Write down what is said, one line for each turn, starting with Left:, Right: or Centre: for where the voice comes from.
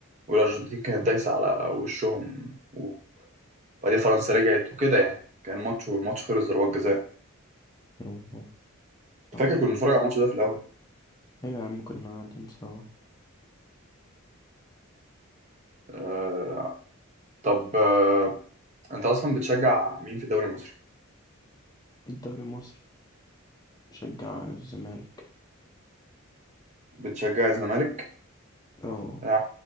Right: والارجنتين كانت دايسه على وشهم وبعدين فرنسا رجعت وكده يعني كان ماتش والماتش خلص ضربات جزاء
Left: أيوة، فاهمك
Right: فاكر كنا بنتفرج على الماتش ده في الاول
Left: أيوة يا عم كنا قاعدين سوا
Right: أه طب أه انت اصلا بتشجع مين في الدوري المصري
Left: الدوري المصري بشجع الزمالك
Right: بتشجع الزمالك
Left: أه
Right: أنا